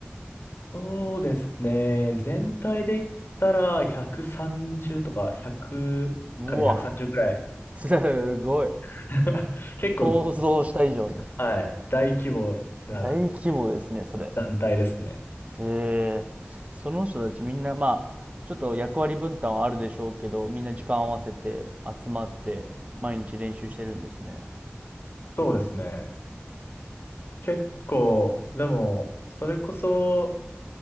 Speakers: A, on the left (about 55°); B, on the right (about 30°).
A: そうですね。全体で言ったら130とか100から130ぐらい。
B: うわ。すごい。
A: <laughs> 結構、
B: 想像した以上に。
A: はい。大規模だ
B: 大規模ですね、それ。
A: 団体ですね。
B: えー、その人たちみんなまあちょっと役割分担はあるでしょうけどみんな時間合わせて集まって毎日練習してるんですね
A: そうですね。結構、でも、それこそ、